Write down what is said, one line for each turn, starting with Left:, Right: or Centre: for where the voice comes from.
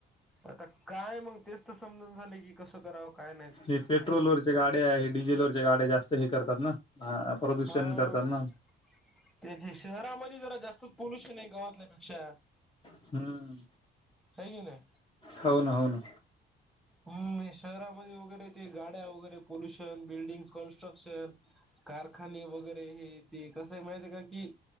Centre: आता काय मंग तेच तर समजून झाले की कसं कराव काय ना
Left: हे पेट्रोलवरच्या गाड्या हे डिझेलवरच्या गाड्या जास्त हे करतात ना हा. प्रदूषण
Centre: हाव
Left: करतात ना
Centre: तेचे शहरामध्ये जरा जास्तच पोलूशन हाय गावातल्यापेक्षा.
Left: हम्म.
Centre: हाय की नाय?
Left: हाव ना हो ना.
Centre: हम्म हे शहरामध्ये वगैरे ते गाड्या वगैरे पोल्युशन, बिल्डिंग, कन्स्ट्रक्शन कारखाने वगैरे हे ते कसं आहे माहितय का ती